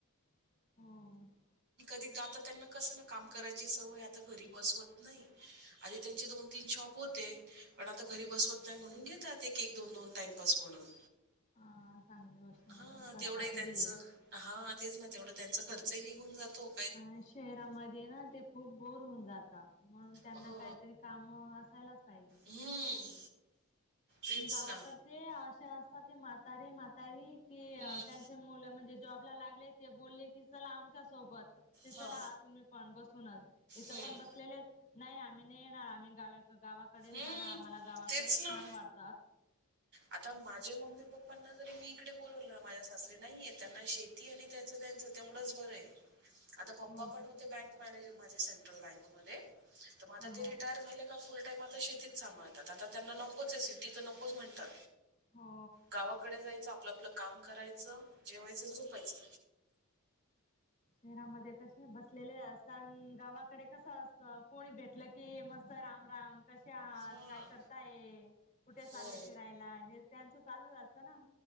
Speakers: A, on the left; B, on the right.
A: हो.. <inaudible>
B: जात त्यांना कस ना काम करायची सवय आता घरी बसवत नाही आधी त्यांची दोन तीन शॉप होते पण आता घरी बसवत नाही म्हणून घेतात एक एक दोन दोन टाइमपास म्हणून.
A: हा चांगली गोष्ट आहे
B: हा
A: ना करता
B: तेवढंही
A: तरी
B: त्यांचं हा तेच ना तेवढं त्यांचा खर्चही नि घुन जातो.
A: अ शहरामध्ये ना ते खूप बोर होऊन जात म्हणून त्यांना
B: हो
A: काहीतरी काम मसायलाच पाहिजे.
B: हम्म तेच
A: गावाकडचे
B: ना
A: असे असतात ते म्हातारी म्हातारी कि
B: हम्म
A: त्यांचे मुलं म्हणजे जॉब लागले ते बोलले की चला आमच्या सोबत तिथं
B: हा
A: राहा तुम्ही पण बसूनच इथं
B: हम्म
A: पण बसलेले नाही आम्ही नाही येणार आम्ही गाव गावाकडेच
B: हम्म
A: राहं आम्हाला गावाकडेच
B: तेच ना
A: छान वाटत.
B: आता माझ्या मम्मी पप्पांना जरी मी इकडे बोल माझ्या सासरी नाहीये त्यांना शेती आणि त्यांच त्यांच तेवढंच बरं आहे. आता पप्पा
A: हो
B: पण होते बँक मॅनेजर माझ्या सेंट्रल बँक मध्ये तर मग आता
A: हा
B: ते
A: हा
B: रिटायर झाले का फुल मात शेतीत सांभाळतात आता त्यांना नकोच आहे सिडी तर नकोच म्हणतात.
A: हो.
B: गावाकडे जायचं आपलं आपलं काम करायचं जेवायचं झोपायचं
A: शरामध्ये कसे बसलेले असता गावाकडे कसं असत कोणी भेटलं की मस्त राम राम कसे आहात
B: हा
A: काय करता ये कुठे
B: हो
A: चालले फिरायला हे त्यांचं चालू असतं ना.